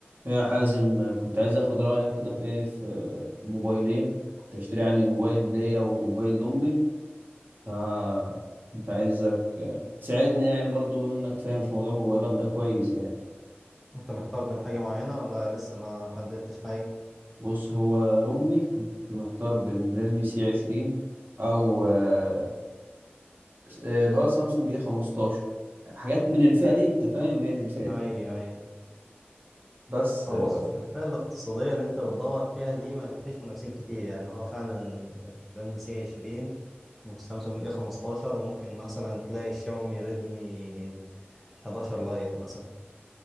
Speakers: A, on the right (about 50°); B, in the centre.
A: يا حازم كنت عايز اخد رايك كده في ايه في موبايلين كنت اشتري يعني موبايل ليا وموبايل لامي ف كنت عايزك تساعدني يعني برضو بما انك فاهم في موضوع الموبايلات ده كويس يعني
B: انت محتار بين حاجة معينة ولا لسه ما حددتش حاجة
A: بص هو لامي كنت محتار بين ريلمي سي 20 او آه، آه، اللي هو سامسونج اي 15 حاجات من الفئه دي انت فاهم يعني الفئه دي
B: اي اي
A: بس
B: هو
A: ف
B: بص في الفئة الاقتصادية اللي انت بتدور فيها دي ما فيش منافسين كتير يعني هو فعلا الريلمي سي 20 والسامسونج اي 15 وممكن مثلا تلاقي الشاومي ريدمي 11 لايت مثلا